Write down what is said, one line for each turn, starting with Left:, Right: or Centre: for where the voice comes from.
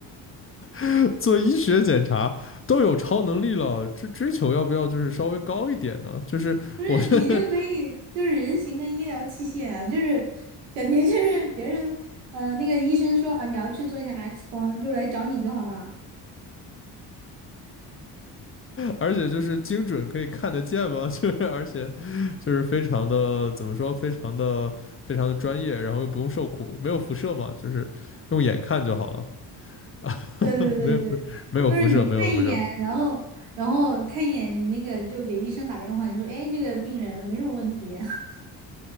Left: <laughs> 做医学检查都有超能力了，这追求要不要就是稍微高一点呢？就是我
Right: 不是你就可以就是人形的医疗器械啊，
Left: <laughs> 觉得。
Right: 就是感觉就是别人呃那个医生说啊你要去做一下 X 光，就来找你就好了。
Left: 而且就是精准可以看得见嘛，<laughs> 就是而且就是非常的怎么说，非常的非常的专业，然后又不用受苦，没有辐射嘛，就是用眼看就好了，<laughs>
Right: 对对对对，
Left: 没有没没有辐射，
Right: 就是你看一眼，
Left: 没有辐射，
Right: 然后然后看一眼，你那个就给医生打电话，你说，哎，这个病人没什么问题。<laughs>